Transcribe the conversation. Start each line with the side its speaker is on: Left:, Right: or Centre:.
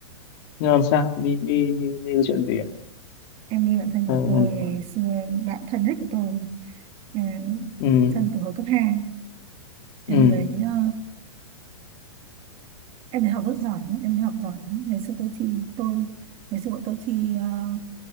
Left: nhưng làm sao mi mi mi mi có chuyện gì à
Right: em My bạn thân
Left: Ờ,
Right: của tôi
Left: hay là
Right: ngày
Left: có-
Right: xưa bạn thân nhất của tôi, ờ,
Left: ừ
Right: thân từ hồi cấp 2. em
Left: ừ
Right: đấy ờ, em đấy học rất giỏi nhá, em đấy học giỏi nhá. ngày xưa tôi thi tôi ngày xưa bọn tôi thi ờ,